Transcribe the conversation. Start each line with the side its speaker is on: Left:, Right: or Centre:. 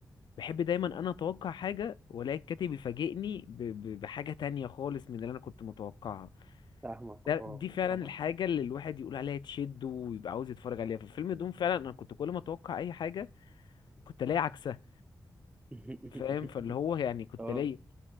Left: بحب دايما انا اتوقع حاجه والاقي الكاتب يفاجئني ب- ب- بحاجه تانية خالص من اللي انا كنت متوقعها
Right: فاهمك
Left: ده
Right: اه
Left: دي فعلا
Right: طبعا
Left: الحاجه اللي الواحد يقول عليها تشد ويبقى عاوز يتفرج عليها في فيلم دوم فعلا انا كنت كل ما اتوقع اي حاجه كنت الاقي عكسها
Right: <laughs>
Left: فاهم فاللي هو يعني كنت
Right: اه
Left: الاقي